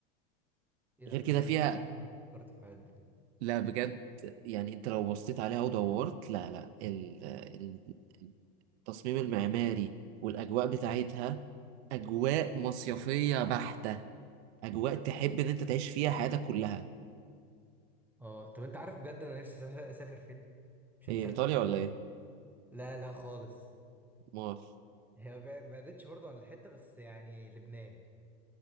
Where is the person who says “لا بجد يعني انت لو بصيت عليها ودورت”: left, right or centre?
Right